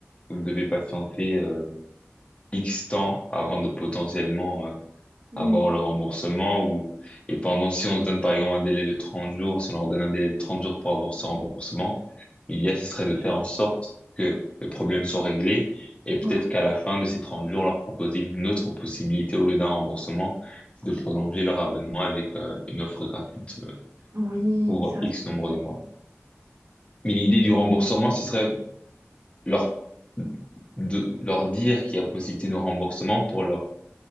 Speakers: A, on the left; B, on the right.
A: vous devez patienter euh, X temps avant de potentiellement euh,
B: Oui,
A: avoir le remboursement ou et pendant si on se donne par exemple un délai de 30 jours, si on leur donne un délai de 30 jours pour avoir ce remboursement, l'idéal ce serait de faire en sorte que le problème soit réglé et peut-être
B: ouais.
A: qu'à la fin de ces 30 jours leur proposer une autre possibilité au lieu d'un remboursement, c'est de prolonger leur abonnement avec euh, une offre gratuite euh,
B: Oui,
A: pour
B: ça
A: X
B: serait
A: nombre de mois. Mais l'idée du remboursement, ce serait leur de leur dire qu'il y a possibilité de remboursement pour leur